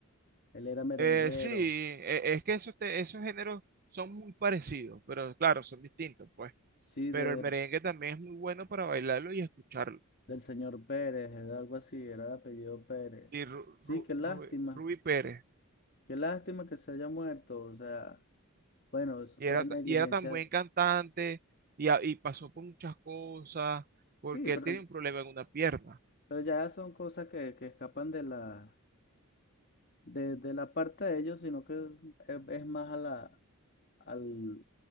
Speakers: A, on the left (about 50°); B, on the right (about 45°).
A: Él era merenguero.
B: Eh, sí, e- es que esos, te- esos géneros son muy parecidos, pero claro, son distintos, pues.
A: Sí,
B: Pero
A: de,
B: el merengue también es muy bueno para bailarlo y escucharlo.
A: del señor Pérez, era algo así, era el apellido Pérez.
B: Y Ru-
A: Sí,
B: Ru-
A: qué lástima,
B: Ru- Rubí Pérez,
A: qué lástima que se haya muerto, o sea, bueno, eso
B: y
A: fue
B: era,
A: negligencia,
B: ta- y era tan buen cantante y, a- y pasó por muchas cosas, porque
A: sí, pero,
B: él tiene un problema en una pierna.
A: pero ya son cosas que, que escapan de la, de, de la parte de ellos, sino que es, es más a la, al-